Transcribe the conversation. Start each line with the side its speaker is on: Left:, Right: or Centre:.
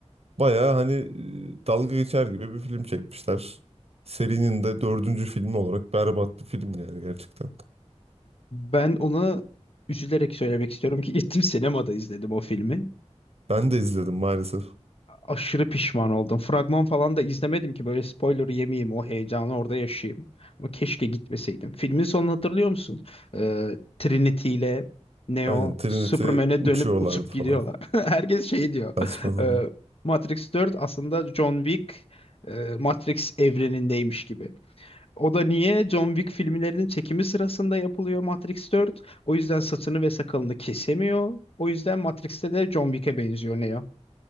Right: bayağı hani e, dalga geçer gibi bir film çekmişler. Serinin de dördüncü filmi olarak berbat bir film yani gerçekten.
Left: ben ona üzülerek söylemek istiyorum ki gittim sinemada izledim o filmi.
Right: Ben de izledim maalesef.
Left: aşırı pişman oldum. Fragman falan da izlemedim ki böyle spoiler yemeyeyim o heyecanı orada yaşayayım. Ama keşke gitmeseydim. Filmin sonunu hatırlıyor musun? Ee, Trinity ile Neo
Right: Aynen Trinity
Left: Superman'e
Right: uçuyorlardı
Left: dönüp uçup gidiyorlar.
Right: falan.
Left: <laughs> Herkes şey diyor.
Right: Saçma zaman.
Left: e, Matrix 4 aslında John Wick e, Matrix evrenindeymiş gibi. O da niye? John Wick filmlerinin çekimi sırasında yapılıyor Matrix 4. O yüzden saçını ve sakalını kesemiyor. O yüzden Matrix'te de John Wick'e benziyor Neo.